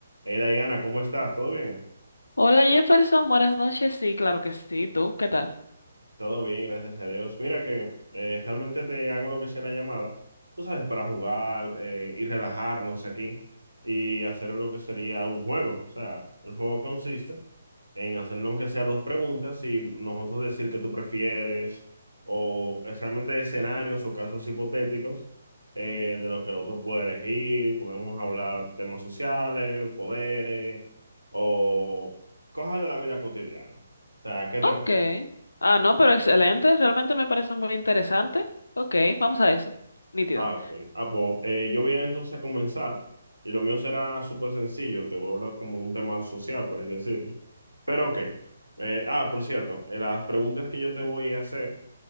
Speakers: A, on the right; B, on the left.
A: Hey Diana, ¿cómo estás? ¿Todo bien?
B: Hola Jefferson, buenas noches. Sí, claro que sí. ¿Tú qué tal?
A: Todo bien, gracias a Dios. Mira que eh, realmente te hago lo que sea la llamada, tú sabes, para jugar eh, y relajarnos aquí y hacer lo que sería un juego. O sea, el juego consiste en hacernos aunque sea dos preguntas y nosotros decir que tú prefieres o es realmente escenarios o casos hipotéticos eh, de lo que el otro puede elegir. Podemos hablar temas sociales, poderes o cosas de la vida cotidiana. O sea, ¿qué
B: Ok.
A: te parece?
B: Ah, no, pero excelente. Realmente me parece muy interesante. Ok, vamos a eso. Nítido.
A: Ah, ok. Ah, pues, eh, yo voy a entonces a comenzar y lo mío será súper sencillo. Te voy a hablar como de un tema social, por así decirlo. Pero ok. Eh, ah, por cierto, eh, las preguntas que yo te voy a hacer,